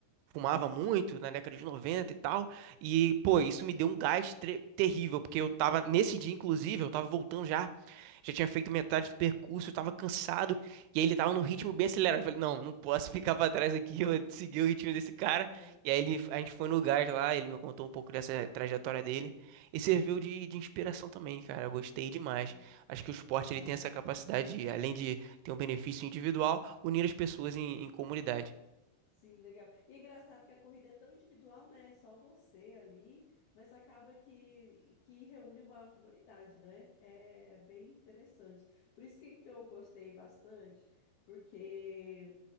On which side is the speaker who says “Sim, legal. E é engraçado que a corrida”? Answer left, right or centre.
Left